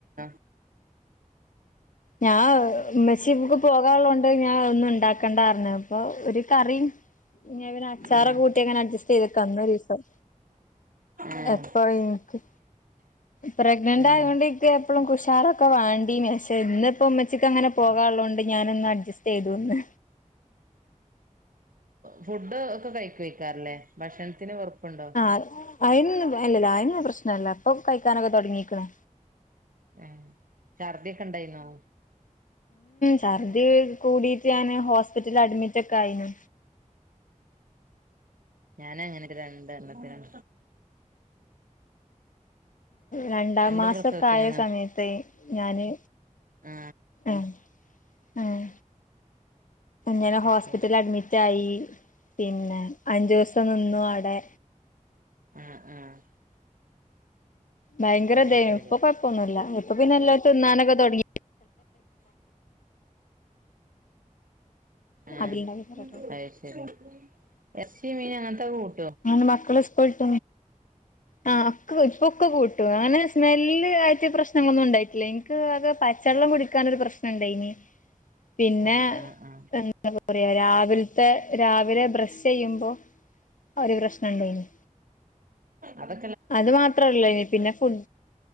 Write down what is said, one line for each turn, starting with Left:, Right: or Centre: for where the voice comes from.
Right: ഉ
Left: ഞാ മെച്ചിക്ക് പോകാള്ളോണ്ട് ഞാൻ ഒന്നും ഇണ്ടാക്കണ്ടാർ ഞ്ഞ് അപ്പൊ ഒരു കറിം ഇഞ്ഞ്പിന്നെ അച്ചാറെ
Right: ആഹ്
Left: കൂട്ടിങ്ങനെ അഡ്ജസ്റ്റ് ചെയ്തക്ക അന്ന് ഒരിസം
Right: ആഹ്
Left: എപ്പനിക്ക് പ്രഗ്നന്റ്
Right: ആഹ്
Left: ആയോണ്ട് ഇക്ക്എപ്പളും കുഷാറൊക്കെ വേണ്ടീന് പക്ഷെ ഇന്ന്പ്പ ഉമ്മച്ചിക്ക് അങ്ങനെ പോകാനുള്ളോണ്ട് ഞാനൊന്ന് അഡ്ജസ്റ്റ് ചെയ്തുന്ന്
Right: ഫുഡ് ഒക്കെ കഴിക്കേക്കാരംല്ലേ ഭക്ഷണത്തിന് വെറുപ്പുണ്ടോ
Left: ആഹ് അയിനൊന്നും അല്ലല്ല അയിനൊ പ്രശ്നല്ല അപ്പൊ കഴിക്കാനൊക്കെ തുടങ്ങീ ക്ണേ
Right: ആഹ ഛർദിയൊക്കെ ഇണ്ടായിന്നോ
Left: ഛർദ് കൂടിയിട്ട് ഞാന് ഹോസ്പിറ്റലിൽ അഡ്മിറ്റ് ഒക്കെ ആയി നു
Right: ഞാന അങ്ങനെക്ക രണ്ട് എണ്ണത്തിനും
Left: രണ്ടാം
Right: രണ്ട്
Left: മാസൊക്കെ
Right: പ്രസവത്തിനും
Left: ആയ സമയത്ത് ഞാന്
Right: ആ
Left: ആഹ് ആഹ് ഞാൻ ഹോസ്പിറ്റൽ
Right: ശരി
Left: അഡ്മിറ്റ് ആയി പിന്നെ അഞ്ചോസം നിന്നു അവിടെ
Right: ആ ആ
Left: ഭയങ്കരം
Right: അത്
Left: ഇതെനു
Right: ശരി
Left: ഇപ്പോകൊഴപ്പൊന്നുല്ല ഇപ്പൊ പിന്നെ എല്ലാ തിാനൊക്കെ തൊടങ്ങി
Right: ആഹ
Left: അതിലുണ്ടാക്കി തരാട്ടോ
Right: അത് ശരി എർച്ചി മീൻ അങ്ങനത്തെ കൂട്ട
Left: നാന് മക്കള് സ്കൊൾട്ട ആ ഇപ്പൊക്കെ കൂട്ടും അങ്ങനെ സ്മെല്ല് ആയിട്ട് പ്രശ്നങ്ങളൊന്നും ണ്ടായിട്ടില്ല എനിക്ക് അത് പ ച്ചെള്ളം കുടിക്കാനൊരു പ്രശ്നം ണ്ടായിനി പിന്നെ
Right: ആഹ് ആഹ് ആഹ്
Left: എന്താ പറയാ രാവില് ത്തെ രാവിലെ ബ്രഷ് ചെയ്യുമ്പോ ഒരു പ്രശ്നംണ്ടായി നി
Right: അത
Left: അത് മാത്രല്ല ഇനി പിന്നെ ഫുഡ